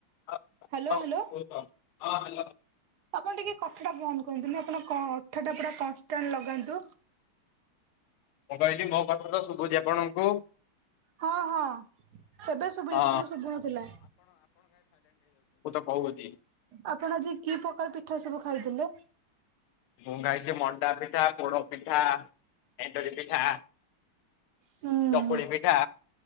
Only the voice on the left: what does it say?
ହଁ
ହଲୋ।
ମୁଁ କହିଲି ମୋ କଥା ତ ଶୁଭୁଚି ଆପଣଙ୍କୁ?
ହଁ
ହଉଛିି।
ମୁ ଖାଇଥିଲି ମଣ୍ଡା ପିଠା ପୋଡ ପିଠା ଏଣ୍ଡରି ପିଠା।
ଚକୁଳି ପିଠା।